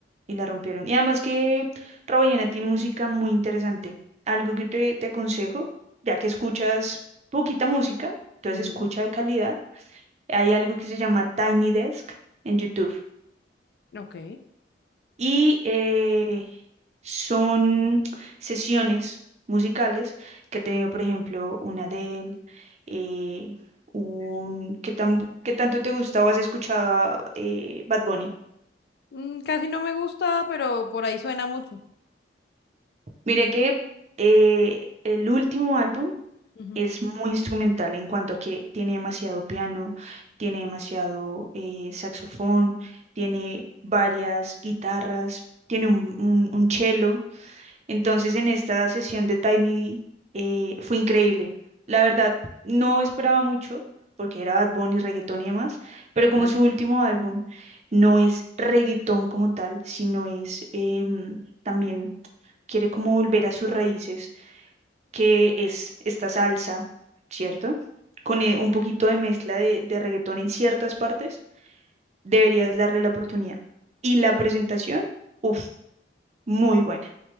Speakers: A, on the right; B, on the left.
A: y la rompieron. Y además que Rawayana tiene música muy interesante. Algo que te, te aconsejo, ya que escuchas poquita música, entonces
B: ujú.
A: escucha de calidad. Hay algo que se llama Tiny Desk en YouTube.
B: Ok.
A: Y eh, son sesiones musicales que ha tenido, por ejemplo, una Adele, eh, un... ¿Qué tan, qué tanto te gusta o has escuchado eh, Bad Bunny?
B: Mm, casi no me gusta, pero por ahí suena mucho.
A: Mire que eh, el último álbum
B: Ujú,
A: es muy instrumental en cuanto a que tiene demasiado piano, tiene demasiado eh, saxofón, tiene varias guitarras, tiene un, un, un cello. Entonces en esta sesión de Tiny eh, fue increíble. La verdad, no esperaba mucho porque era Bad Bunny, reggaetón y demás, pero como
B: claro.
A: su último álbum no es reggaetón como tal, sino es em, también quiere como volver a sus raíces que es esta salsa, ¿cierto? Con eh, un poquito de mezcla de, de reggaetón en ciertas partes, deberías darle la oportunidad. Y la presentación, uff, muy buena.